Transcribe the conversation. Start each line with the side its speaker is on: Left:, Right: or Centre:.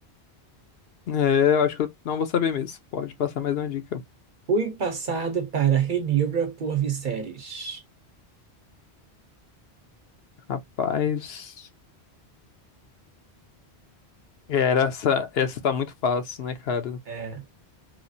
Left: É, eu acho que eu não vou saber mesmo. Pode passar mais uma dica.
Right: Fui passado para Rhaenyra por Viserys.
Left: Rapaz. É, Era essa, essa tá muito fácil, né, cara?
Right: É,